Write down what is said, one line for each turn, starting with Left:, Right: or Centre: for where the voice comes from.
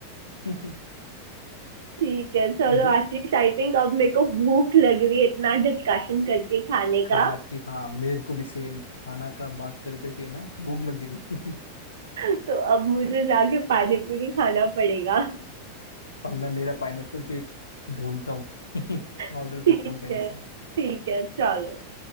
Left: <laughs>
Right: ठीक है चलो
Left: उधर
Right: आशीष आई थिंक अब मेरे को भूख लग रही है इतना डिस्कशन करके खाने
Left: खाना
Right: का
Left: की हाँ मेरे को भी सेम खाना का बात कर करके ना भूख लग गई <laughs>
Right: तो अब मुझे जाके पानीपुरी खाना पड़ेगा
Left: पर मैं मेरा पाइनएप्पल केक ढूंढता हूँ <laughs>
Right: <laughs>
Left: ऑर्डर करता
Right: ठीक
Left: हूँ कहीं
Right: है
Left: से
Right: ठीक है चलो